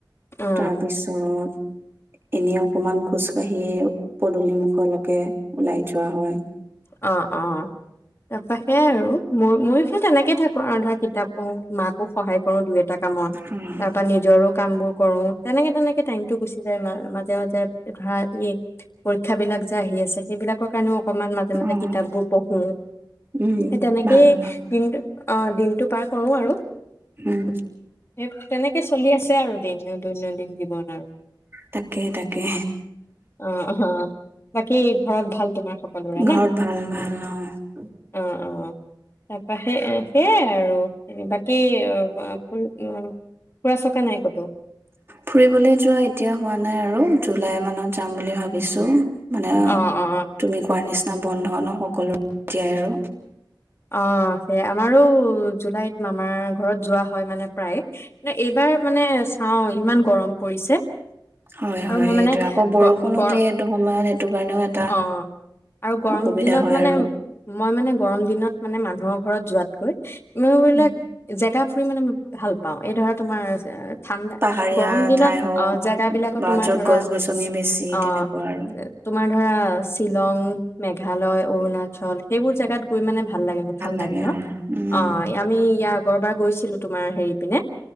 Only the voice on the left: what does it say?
অ
অ, অ। তাৰপাশে আৰু মই ময়ো সেই তেনেকে <unintelligible> কিতাপ পঢ়ো, মাকো সহায় কৰো দুই এটা <unintelligible> কামত,
তাৰ পৰা নিজৰো কামবোৰ কৰো। তেনেকে তেনেকে টাইমতটো গুচি যায় মা-মাজে মাজে ধৰা ই, পৰীক্ষা বিলাক যে আহি আছে সেইবিলাক <unintelligible> অকমান মাজে মাজে
কিতাপবোৰ পঢ়ো,
সেই তেনেকেই
দিনটো অ, দিনটো পাৰ কৰো আৰু।
এক তেনেকে চলি আছে আৰু দিনো দৈনন্দিন জীৱন আৰু
অ অ বাকী ঘৰত ভাল তোমাৰ সকলোৰে
ন
অ অ তাৰপা সেই সেয়াই আৰু বাকী ফুল ফুৰা চকা নাই ক'তো
অ অ
অ সেইয়া আমাৰো জুলাইত আমাৰ ঘৰত যোৱা হয় মানে প্ৰায় ন এইবাৰ মানে চাও ইমান গৰম পৰিছে
আৰু মই
মানে
গ গৰ
অ আৰু গৰম
দিনত
মানে
মই মানে গৰম দিনত মানে মানুহৰ ঘৰত যোৱাতকৈ মবিলাক
জেগা মানে ভাল পাওঁ এই ধৰা তোমাৰ ঠাণ্ডা
গৰম দিনত
অ জেগা বিলাকত
তোমাৰ
ধৰা
অ
তোমাৰ ধৰা শ্বিলং মে মেঘালয় অৰুণাচল সেইবোৰ জেগাত গৈ মানে ভাল লাগে মোক ঠাণ্ডা
দিনত
অ আমি ইয়াক আগ'ৰবাৰ গৈছিল তোমাৰ হেৰি পিনে